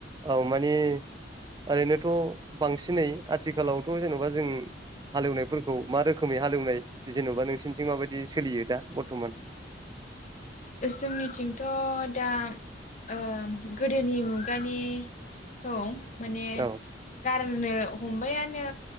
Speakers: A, on the right; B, on the left.
A: औ मानि ओरैनोथ' बांसिनै आथिखालावथ' जेन'बा जों हालेवनायफोरखौ मा रोखोमै हालेवनाय जेन'बा नोंसिनिथिं माबायदि सोलियो दा बरथमान
B: जोंनिथिंथ' दा ओ गोदोनि मुगानि खौ माने
A: औ
B: गारनो हमबाय आर नो